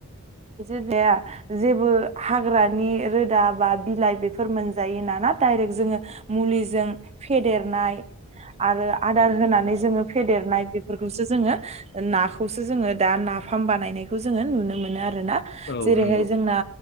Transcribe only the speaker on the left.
औ
नंगौ
औ
नंगौ